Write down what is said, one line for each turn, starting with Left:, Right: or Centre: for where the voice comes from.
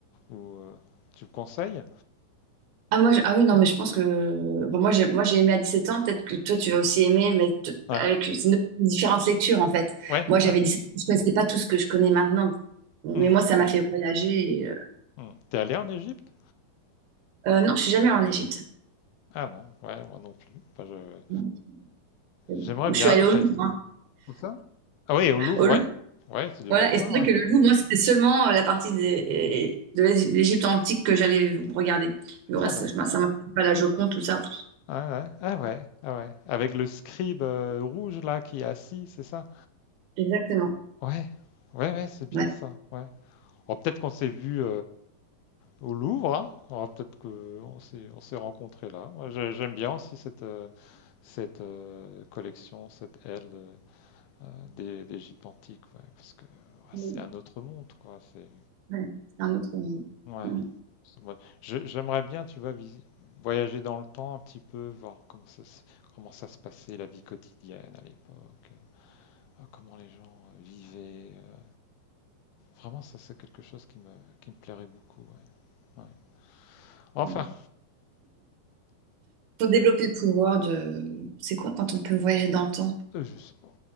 Left: Ou, euh, tu me conseilles?
Right: Ah, moi, je- ah oui, non, mais je pense que. bah, moi, j'ai moi, j'ai aimé à 17 ans, peut-être que toi, tu vas aussi aimer, mais t-
Left: Ouais,
Right: avec c'est une- différentes lectures, en fait.
Left: ouais,
Right: Moi, j'avais
Left: ouais, ouais.
Right: 17 ans, je ne connaissais pas tout ce que je connais maintenant, mais
Left: Hmm,
Right: moi, ça m'a
Left: hmm,
Right: fait voyager. et, euh,
Left: hmm. T'es allé en Égypte?
Right: euh, non, je suis jamais allée en Égypte.
Left: Ah non, ouais, moi non plus. Enfin, je-
Right: Non, c'est bon.
Left: J'aimerais bien.
Right: Je suis allée au
Left: Ça...
Right: Louvre. hein.
Left: Où ça? Ah oui, au Louvre,
Right: Au
Left: ouais. Ouais, c'est déjà
Right: Voilà, et
Left: ça.
Right: c'est vrai
Left: ouais.
Right: que le Louvre, moi, c'était seulement euh, la partie des- de l'Égy- l'Égypte antique que j'allais regarder. Le
Left: Tiens
Right: reste,
Left: donc.
Right: je m'a- ça m'intéresse pas, la Joconde, tout ça.
Left: Ah ouais, ah ouais, ah ouais. Avec le scribe euh, rouge là qui est assis, c'est ça?
Right: Exactement.
Left: Ouais, ouais, ouais, c'est bien
Right: Ouais.
Left: ça. Ouais. Oh, peut-être qu'on s'est vu. au Louvre. hein. Alors, peut-être qu'on s'est, on s'est rencontrés là. Moi, j'ai- j'aime bien aussi cette, euh, cette euh, collection, cette aile de- euh, des, des gîtes antiques, ouais, parce que ouais,
Right: Mm,
Left: c'est un autre monde, quoi. C'est,
Right: ouais, C'est un autre monde.
Left: ouais.
Right: Ouais.
Left: C'est- ouais. Je- j'aimerais bien, tu vois, visi- voyager dans le temps un petit peu, voir comment ça, se- comment ça se passait, la vie quotidienne à l'époque, euh, comment les gens euh, vivaient. euh. Vraiment, ça, c'est quelque chose qui me, qui me plairait beaucoup, ouais. Ouais. Enfin,
Right: Ouais. Faut développer le pouvoir de... C'est quoi quand on peut voyager dans le temps?
Left: euh, je sais pas.